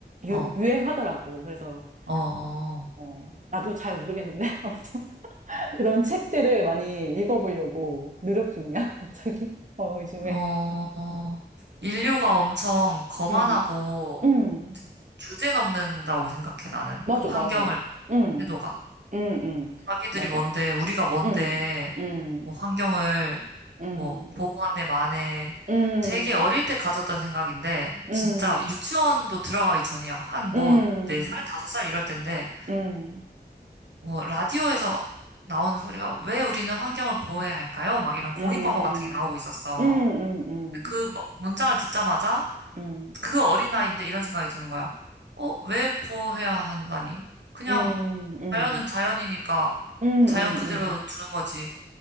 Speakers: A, on the right; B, on the right.
A: 유,
B: 어,
A: 유행하더라고. 그래서
B: 어, 어,
A: 어, 나도 잘 모르겠는데 <laughs> 아무튼 그런 책들을 많이 읽어보려고 노력 중이야. <laughs> 갑자기 어, 요즘에.
B: 어, 어. 인류가 엄청 거만하고
A: 음, 음,
B: 주제넘는다고 생각해, 나는.
A: 맞아,
B: 그 환경을,
A: 나도. 음.
B: 태도가.
A: 응, 응,
B: 자기들이
A: 맞아.
B: 뭔데, 우리가 뭔데,
A: 응, 응,
B: 뭐 환경을,
A: 응,
B: 뭐, 보호하네, 마네.
A: 응,
B: 되게 어릴 때 가졌던 생각인데,
A: 응,
B: 진짜
A: 응,
B: 유치원도 들어가기 전이야. 한
A: 응,
B: 뭐, 네 살 다섯 살 이럴 때인데,
A: 응,
B: 뭐 라디오에서 나오는 소리가 왜 우리는 환경을 보호해야 할까요? 막 이런 공익
A: 응,
B: 광고 같은 게 나오고 있었어.
A: 응, 응, 응, 응,
B: 그 뭐- 문장을 듣자마자
A: 응,
B: 그 어린 나이인데 이런 생각이 드는 거야. 어, 왜 보호해야 한다니? 그냥
A: 응,
B: 자연은 자연이니까
A: 응,
B: 자연
A: 응.
B: 그대로
A: 응.
B: 두는 거지.